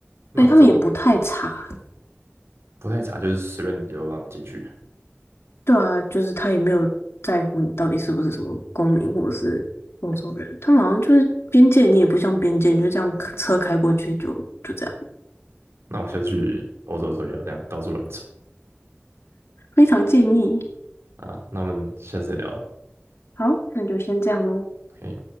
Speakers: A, on the right; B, on the left.
A: 那我就
B: 对，他们也不太查，
A: 不太查，就是随便你都让你进去。
B: 对啊，就是他也没有在乎你到底是不是什么公民或者是欧洲人，他们好像就是边界，你也不像边界，你就这样车开过去就就这样，
A: 那我下次去欧洲的时候也要这样到处乱走
B: 非常建议。
A: 啊。那我们下次再聊了
B: 好，那就先这样喽。
A: ，OK。